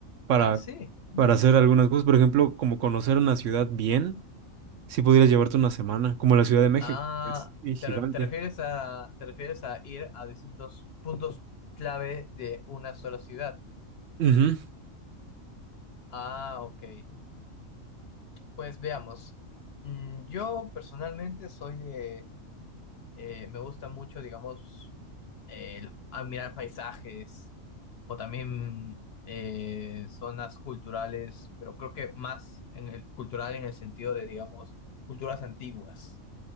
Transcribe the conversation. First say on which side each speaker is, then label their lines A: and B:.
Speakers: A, on the right (about 70°); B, on the left (about 60°).
A: para,
B: Ah, sí. Mm.
A: para hacer algunas cosas. Por ejemplo, como conocer una ciudad bien, si pudieras llevarte una semana, como la Ciudad de México,
B: Ah,
A: que es y gigante.
B: te, re- te refieres a, te refieres a ir a distintos puntos clave de una sola ciudad.
A: Ujú,
B: Ah, ok. Pues veamos. Mm, yo personalmente soy de, eh, me gusta mucho, digamos, el- admirar paisajes o también eh, zonas culturales, pero creo que más en el, cultural en el sentido de, digamos, culturas antiguas.